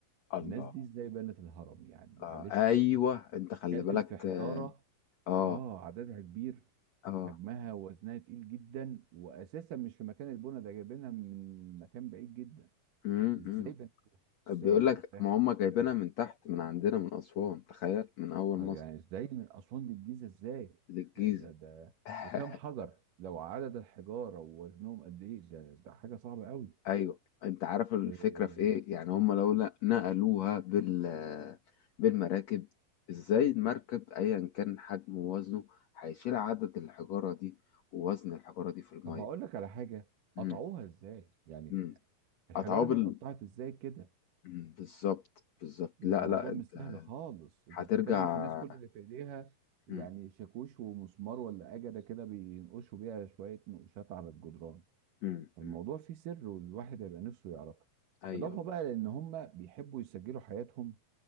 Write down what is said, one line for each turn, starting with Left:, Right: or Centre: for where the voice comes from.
Left: الله
Right: الناس دي ازاي بنت الهرم يعني
Left: آه.
Right: معلش
Left: ايوه انت
Right: اتكلم
Left: خلي بالك
Right: في حجارة
Left: اه
Right: اه عددها كبير
Left: اه
Right: حجمها ووزنها تقيل جدا واساسا مش في مكان البنا ده جايبينها من مكان بعيد جدا
Left: آه.
Right: ازاي بنتوها ازاي
Left: بيقول لك
Right: ازاي
Left: ما
Right: حصل
Left: هم جايبينها
Right: الكلام ده
Left: من تحت من عندنا من أسوان تخيل من أول
Right: آه،
Left: مصر
Right: يعني ازاي من اسوان للجيزه ازاي
Left: للجيزة
Right: ده ده ده
Left: <laughs>
Right: وكم حجر لو عدد الحجاره ووزنهم قد ايه ده ده حاجه صعبه قوي
Left: أيوه أنت عارف الفكرة
Right: إيه،
Left: في إيه يعني هم لو لا نقلوها بال بالمراكب إزاي المركب أيا كان حجمه ووزنه هيشيل عدد الحجارة دي ووزن الحجارة دي في المية
Right: طب هقول لك على حاجه
Left: مم.
Right: قطعوها ازاي يعني
Left: مم.
Right: الحجاره
Left: قطعوه
Right: دي
Left: بال
Right: اتقطعت ازاي كده
Left: مم. بالظبط بالظبط
Right: يعني
Left: لا
Right: الموضوع
Left: لا أنت
Right: مش سهل خالص انت
Left: هترجع
Right: بتتكلم في ناس كل اللي في ايديها يعني
Left: مم.
Right: شاكوش ومسمار ولا اجده كده بينقشوا بيها شويه نقوشات على الجدران
Left: مم.
Right: الموضوع
Left: مم.
Right: فيه سر والواحد هيبقى نفسه يعرفه
Left: أيوه
Right: اضافه
Left: ده
Right: بقى لان هم بيحبوا يسجلوا حياتهم